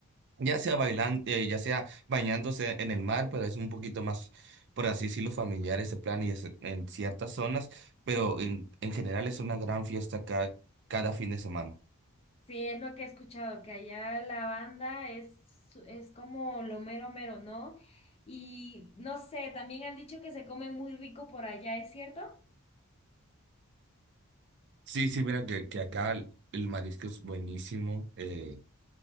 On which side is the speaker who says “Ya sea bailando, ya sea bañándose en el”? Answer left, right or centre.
Right